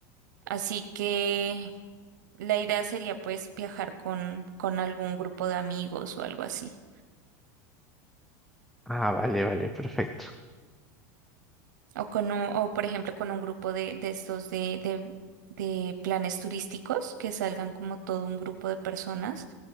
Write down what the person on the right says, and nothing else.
Así que La idea sería pues viajar con, con algún grupo de amigos o algo así.
O con un- o por ejemplo con un grupo de, de estos de, de, de planes turísticos que salgan como todo un grupo de personas.